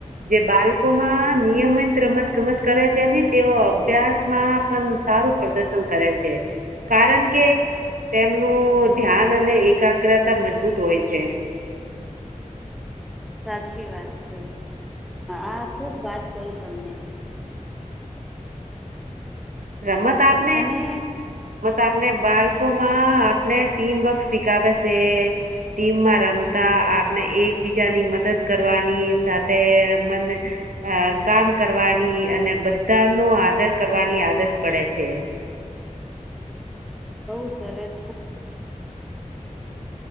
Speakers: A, on the right (about 90°); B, in the centre.
A: જે બાળકો માં નિયમિત રમત ગમત કરે છે તેઓ અભ્યાસ માં પણ સારું પ્રદર્શન કરે છે કારણ કે તેમનું ધ્યાન અને એકાગ્રતા મજબૂત હોય છે
B: સાછી વાત છે આ ખૂબ વાત કઈ તમને
A: રમત આપ
B: અને
A: આપને બાળકો માં આપને ટીમવર્ક શીખાવે છે ટીમમાં રમતા આપણે એકબીજાની મદદ કરવાની સાથે મને અ કામ કરવાની અને બધા ન આદર કરવાની આદત પડે છે
B: બહુ સરસ.